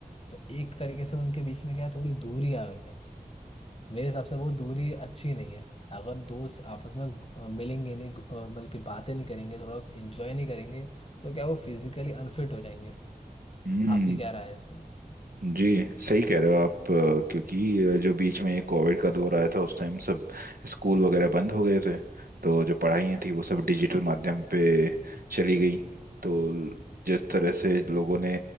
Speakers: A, on the left (about 40°); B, on the right (about 80°).
A: तो एक तरीके से उनके बीच में क्या है थोड़ी दूरी आ गई है मेरे हिसाब से वो दूरी अच्छी नहीं है अगर दोस्त आपस में अ, मिलेंगे नहीं अ, मतलब कि बातें नहीं करेंगे थोड़ा एंजॉय नहीं करेंगे तो क्या वो फिजिकली अनफिट हो जाएंगे
B: हम्म।
A: आपकी क्या राय है इसमें
B: जी सही कह रहे हो आप अ, क्योंकि अ, जो बीच में कोविड का दौर आया था उस टाइम सब स्कूल वगैरह बंद हो गए थे तो जो पढ़ाइयाँ थी वो सब डिजिटल माध्यम पे चली गई तो ल- जिस तरह से लोगों ने